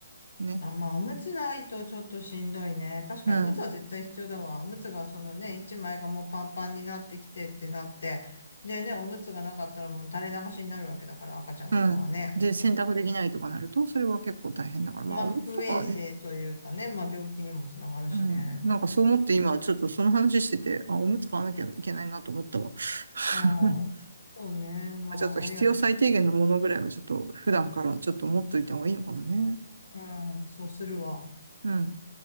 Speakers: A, on the right; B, on the left.
A: ね。
B: あ、まあ、おむつないとちょっとしんどいね。確かにおむつは絶対必要だわ。
A: うん。
B: おむつがそのね、一枚がもうパンパンになってきてってなって。でね、おむつがなかったらもう垂れ流しになるわけだから、赤ちゃんとかはね。
A: うん。で、洗濯できないとかなると、それは結構大変だから、まあ、
B: まあ、
A: おむつとかはね。
B: 不衛生というかね、まあ、病気にもつながるしね。
A: うん。なんかそう思って今、ちょっとその話してて、あ、おむつ買わなきゃいけないなと思ったわ。<laughs>
B: うん、そうね。まあ、
A: ちょっと必要最低限のものぐらいはちょっと普段からちょっと持っといた方がいいのかもね。
B: ありがとう。うん、そうするわ。
A: うん。